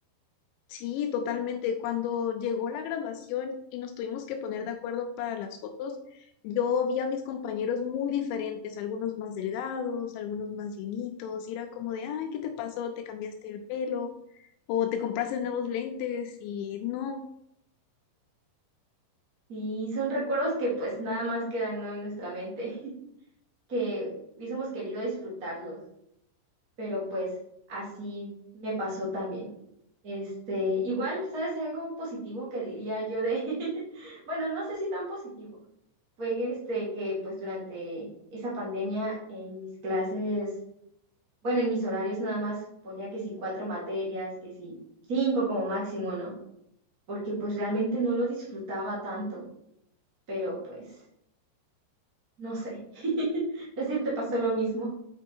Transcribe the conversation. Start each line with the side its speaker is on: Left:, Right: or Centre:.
Left: Sí, totalmente. Cuando llegó la graduación y nos tuvimos que poner de acuerdo para las fotos, yo vi a mis compañeros muy diferentes, algunos más delgados, algunos más llenitos, y era como de, ay, ¿qué te pasó? ¿Te cambiaste el pelo? ¿O te compraste nuevos lentes? Y no,
Right: Y son recuerdos que pues nada más quedan, ¿no? En nuestra mente, <laughs> que hubiésemos querido disfrutarlos. pero pues así me pasó también. Este, igual, ¿sabes algo positivo que diría yo de, <laughs> bueno, no sé si tan positivo, fue este que pues durante esa pandemia en mis clases, bueno, en mis horarios nada más ponía que si cuatro materias, que si cinco como máximo, ¿no? Porque pues realmente no lo disfrutaba tanto, pero pues, no sé, <laughs> no sé si te pasó lo mismo.